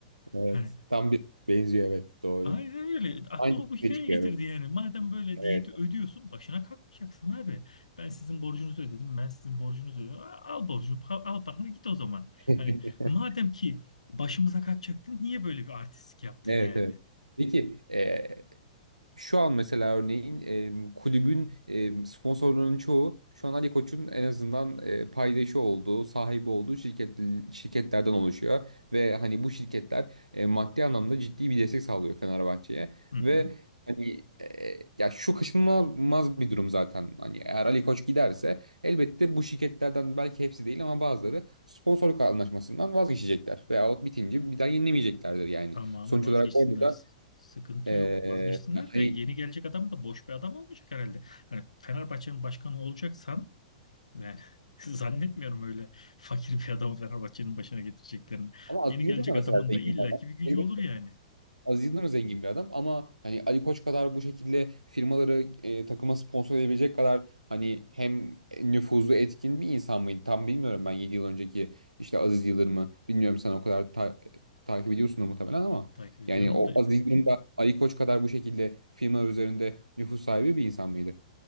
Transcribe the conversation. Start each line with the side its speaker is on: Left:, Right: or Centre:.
Right: Evet.
Left: Hani
Right: Tam bir benziyor evet doğru.
Left: Aynen öyle. Aklıma
Right: Aynı
Left: bu hikaye
Right: şey çıkıyor
Left: getirdi
Right: evet.
Left: yani. Madem böyle
Right: Evet
Left: diyeti ödüyorsun, başına kalkmayacaksın abi. Ben sizin borcunuzu ödedim, ben sizin borcunuzu ödedim. A- Al borcunu, pa- al paranı git o zaman.
Right: <laughs>
Left: Hani
Right: evet.
Left: madem ki başımıza kalkacaktın, niye böyle bir artistlik yaptın
Right: Evet,
Left: yani?
Right: evet. Peki e, Şu an mesela örneğin e, kulübün e, sponsorlarının çoğu şu an Ali Koç'un en azından e, paydaşı olduğu, sahibi olduğu şirket şirketlerden oluşuyor ve hani bu şirketler e, maddi anlamda ciddi bir destek sağlıyor Fenerbahçe'ye
Left: Hı hı.
Right: ve hani e, ya şu kaçınılmaz bir durum zaten. Hani eğer Ali Koç giderse elbette bu şirketlerden belki hepsi değil ama bazıları sponsorluk anlaşmasından vazgeçecekler veyahut bitince bir daha yenilemeyeceklerdir yani.
Left: Tamam,
Right: Sonuç
Left: vazgeçsinler.
Right: olarak orada da
Left: S- Sıkıntı
Right: ee,
Left: yok. Vazgeçsinler
Right: hani
Left: de yeni gelecek adam da boş bir adam olmayacak herhalde. Hani Fenerbahçe'nin başkanı olacaksan Yani <laughs> zannetmiyorum öyle fakir bir adamı Fenerbahçe'nin başına getireceklerini.
Right: Ama Aziz
Left: Yeni
Right: Yıldırım
Left: gelecek
Right: da mesela
Left: adamın
Right: zengin
Left: da illaki
Right: bir adam.
Left: bir gücü
Right: Elbette
Left: olur yani.
Right: Aziz Yıldırım da zengin bir adam ama hani Ali Koç kadar bu şekilde firmaları e, takıma sponsor edebilecek kadar hani hem nüfuzu etkin bir insan mıydı? Tam bilmiyorum ben 7 yıl önceki işte Aziz Yıldırım'ı bilmiyorum sen o kadar ta- takip ediyorsun muhtemelen ama
Left: Takip ediyorum
Right: yani o
Left: da
Right: Aziz Yıldırım da Ali Koç kadar bu şekilde firmalar üzerinde nüfus sahibi bir insan mıydı?